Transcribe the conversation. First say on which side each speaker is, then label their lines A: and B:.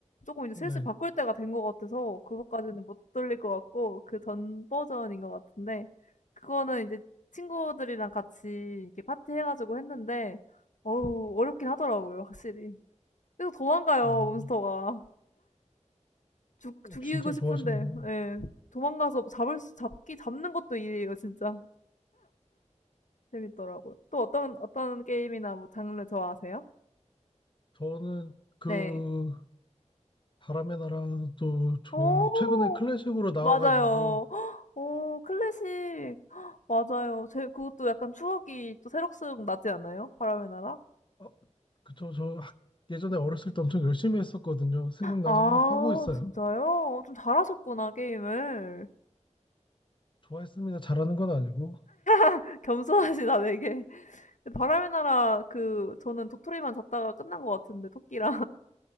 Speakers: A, on the left; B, on the left.
A: 조금 이제 슬슬
B: 네.
A: 바꿀 때가 된 것 같아서 그거까지는 못 돌릴 것 같고 그 전 버전인 것 같은데 그거는 이제 친구들이랑 같이 이렇게 파티 해가지고 했는데 어우 어렵긴 하더라고요, 확실히. 그래서 도망가요,
B: 음,
A: 몬스터가. 죽
B: 어,
A: 죽이고
B: 진짜
A: 싶은데
B: 좋아하시는구나.
A: 예. 도망가서 잡을 수 잡기 잡는 것도 일이에요, 진짜. 재밌더라고요. 또 어떤 어떤 게임이나 뭐 장르 좋아하세요?
B: 저는 그
A: 네.
B: 바람의 나라도 좋아.
A: 오
B: 최근에 클래식으로 나와가지고
A: 맞아요. 헉, 오 클래식. 헉, 맞아요. 제 그것도 약간 추억이 또 새록새록 나지 않아요? 바람의 나라?
B: 어, 그쵸. 저 학- 예전에 어렸을 때 엄청 열심히 했었거든요. 생각나서
A: 아,
B: 하고 있어요.
A: 진짜요? 어, 좀 잘하셨구나, 게임을.
B: 좋아했습니다. 잘하는 건 아니고.
A: <laughs> 겸손하시다 되게. 바람의 나라 그 저는 도토리만 잡다가 끝난 것 같은데 토끼랑.